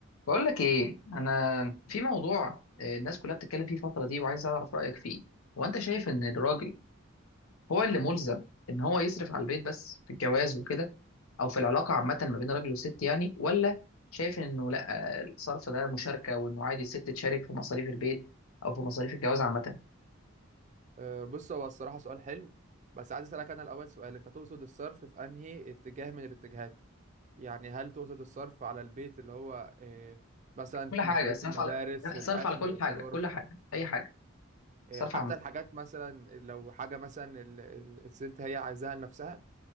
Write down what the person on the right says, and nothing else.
أه، بص هو الصراحة سؤال حلو بس عايز أسألك أنا الأول سؤال أنت تقصد الصرف في أنهي اتجاه من الاتجاهات؟ يعني هل تقصد الصرف على البيت اللي هو أه، مثلا
في
مصاريف
المدارس
الأكل
الشرب
أه،
حتى
الحاجات مثلا لو حاجة مثلا ال- ال- الست هي عايزاها لنفسها